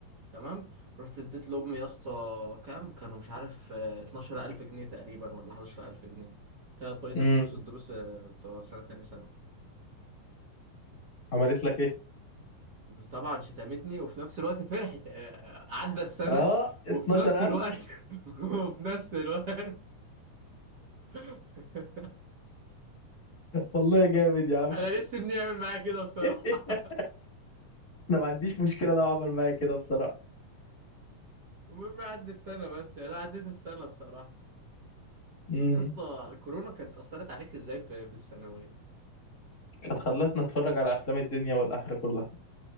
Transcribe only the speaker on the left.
امم
عملت لك ايه
اه
12000
والله جامد يا عم
<laughs>
انا ما عنديش مشكله لو عمل معايا كده بصراحه
امم
كانت خلتنا نتفرج على افلام الدنيا والاخره كلها